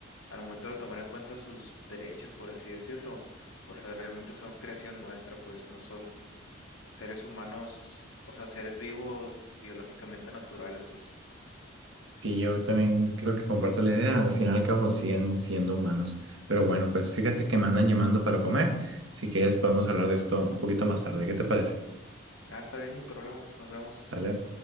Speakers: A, on the left; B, on the right.
A: al momento de tomar en cuenta sus derechos, por así decirlo. O sea, realmente son creación nuestra, pues no son seres humanos, o sea, seres vivos biológicamente naturales, pues.
B: Sí, yo también creo que comparto la idea. Al final y al cabo siguen siendo humanos. Pero bueno, pues fíjate que me andan llamando para comer. Si quieres podemos hablar de esto un poquito más tarde. ¿Qué te parece?
A: Ah, está bien, sin problema. Nos vemos.
B: ¿Sale?